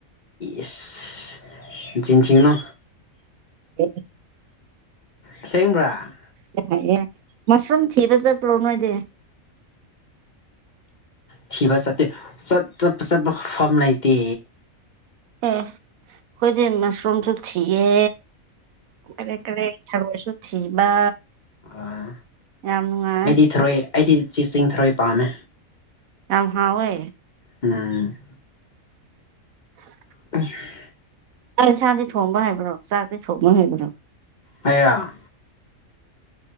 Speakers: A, on the left; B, on the right.
A: ꯏꯁ ꯅꯆꯤꯟ ꯊꯤꯒꯅꯣ
B: <inaudible>
A: ꯑꯁꯦꯡꯕꯔꯥ
B: <unintelligible> ꯃꯁꯔꯨꯝ ꯊꯤꯕ ꯆꯠꯄ꯭ꯔꯣ ꯅꯣꯏꯗꯤ
A: ꯊꯤꯕ ꯆꯠꯇꯦ ꯆꯞ ꯆꯠꯄ ꯆꯠꯄ ꯐꯝ ꯂꯩꯇꯦ
B: ꯑꯦ ꯈꯣꯏꯗꯤ ꯃꯁꯔꯨꯝꯁꯨ ꯊꯤꯌꯦ <unintelligible> ꯊꯔꯣꯏꯁꯨ ꯊꯤꯕ
A: ꯑꯥ
B: ꯌꯥꯝ ꯅꯨꯡꯉꯥꯏ
A: ꯑꯩꯗꯤ ꯊꯔꯣꯏ ꯑꯩꯗꯤ ꯆꯦ ꯆꯤꯡ ꯊꯔꯣꯏ ꯄꯥꯝꯃꯦ
B: ꯌꯥꯝ ꯍꯥꯎꯋꯦ
A: ꯎꯝ
B: <inaudible>
A: <inaudible>
B: ꯆꯥꯛ ꯏꯟꯁꯥꯡꯗꯤ ꯊꯣꯡꯕ ꯍꯩꯕ꯭ꯔꯣ ꯆꯥꯛꯇꯤ ꯊꯣꯡꯕ ꯍꯩꯕ꯭ꯔꯣ
A: ꯑꯩꯔꯣ